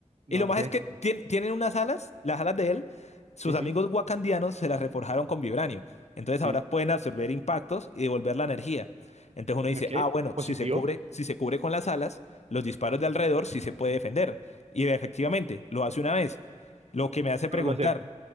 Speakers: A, on the right; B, on the left.
A: no,
B: Y lo
A: no
B: más
A: tiene
B: es que
A: sentido.
B: tien- tienen unas alas, las alas de él, sus
A: Sí,
B: amigos
A: sí,
B: wakandianos se las reforjaron con vibranio. Entonces
A: sí.
B: ahora pueden absorber impactos y devolver la energía. Entonces uno dice,
A: Ok,
B: ah, bueno,
A: positivo.
B: si se cubre, si se cubre con las alas, los disparos de alrededor sí se puede defender. Y efectivamente, lo hace una vez. Lo que me hace preguntar,
A: Lo va a hacer.